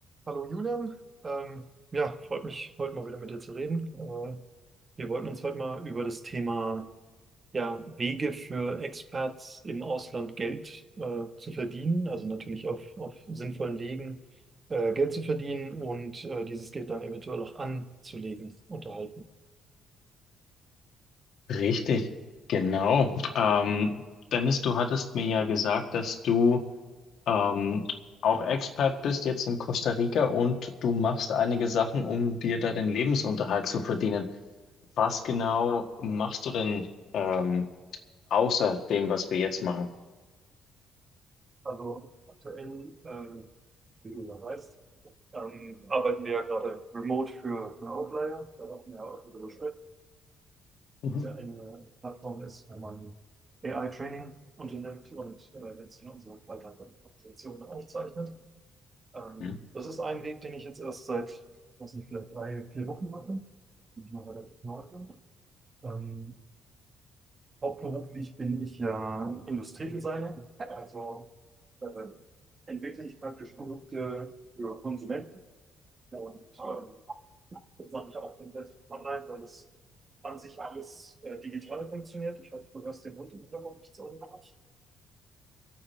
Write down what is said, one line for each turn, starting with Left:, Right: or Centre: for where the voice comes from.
Right: Hallo Julian, ähm, ja, freut mich, heute mal wieder mit dir zu reden. Äh, wir wollten uns heute mal über das Thema ja, Wege für Expats im Ausland Geld äh, zu verdienen, also natürlich auf, auf sinnvollen Wegen äh, Geld zu verdienen und äh, dieses Geld dann eventuell auch anzulegen, unterhalten.
Left: Richtig, genau. Ähm, Dennis, du hattest mir ja gesagt, dass du ähm, auch Expat bist jetzt in Costa Rica und du machst einige Sachen, um dir da den Lebensunterhalt zu verdienen. Was genau machst du denn ähm, außer dem, was wir jetzt machen?
Right: Also aktuell, ähm, wie du ja weißt, ähm, arbeiten wir ja gerade remote für, für Outlier, da machen wir ja auch darüber
Left: Mhm.
Right: ja eine Plattform ist, wenn man AI-Training unternimmt und äh, jetzt in unserer Präsentation aufzeichnet. Ähm,
Left: Hm?
Right: das ist ein Weg, den ich jetzt erst seit, was nicht, vielleicht drei, vier Wochen mache, bin ich noch relativ neu bin. Ähm, hauptberuflich bin ich ja Industriedesigner, also äh, entwickle ich praktisch Produkte für Konsumenten und ähm, Das mache ich auch komplett online, weil das an sich alles äh, digital funktioniert. Ich hoffe, du hörst den Hund im Hintergrund nicht so unbedingt.